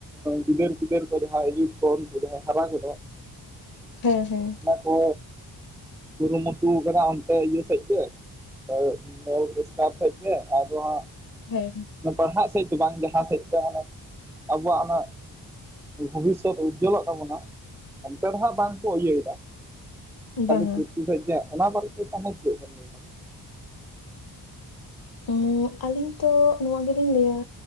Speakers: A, in the centre; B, on the left.
A: ᱜᱤᱫᱟᱹᱨ ᱯᱤᱫᱟᱹᱨ ᱠᱚ ᱡᱟᱦᱟᱸ <unintelligible> ᱠᱚ ᱩᱱᱠᱩ ᱡᱟᱦᱟᱸᱭ ᱦᱟᱨᱟ ᱠᱚᱫᱚ
B: ᱦᱮᱸ ᱦᱮᱸ
A: ᱠᱚ ᱠᱩᱨᱩᱢᱩᱴᱩ ᱠᱟᱫᱟ ᱚᱱᱛᱮ ᱤᱭᱟᱹ ᱥᱮᱫ ᱜᱮ <unintelligible> ᱥᱮᱡ ᱜᱮ ᱟᱫᱚ ᱦᱟᱸᱜ
B: ᱦᱮᱸ
A: ᱯᱟᱲᱦᱟᱜ ᱥᱮᱫ ᱫᱚ ᱵᱟᱝ ᱡᱟᱦᱟᱸ ᱥᱮᱫ ᱛᱮ ᱢᱟᱱᱮ ᱟᱵᱚᱣᱟᱜ ᱚᱱᱟ ᱵᱷᱚᱵᱤᱥ ᱛᱚᱯ ᱩᱡᱡᱚᱞᱚᱜ ᱛᱟᱵᱚᱱᱟ ᱚᱱᱛᱮ ᱫᱚ ᱦᱟᱸᱜ ᱵᱟᱝ ᱠᱚ ᱤᱭᱟᱹᱭᱫᱟ ᱠᱷᱟᱹᱞᱤ
B: ᱵᱟᱝᱟ
A: <unintelligible> <unintelligible> ᱚᱱᱟ ᱵᱟᱨᱮ ᱛᱮ ᱛᱟᱦᱟᱞᱮ ᱪᱮᱫ ᱵᱮᱱ ᱞᱟᱹᱭᱫᱟ?
B: ᱩᱸ ᱟᱹᱞᱤᱧ ᱛᱚ ᱱᱚᱣᱟ ᱜᱮᱞᱤᱧ ᱞᱟᱹᱭᱟ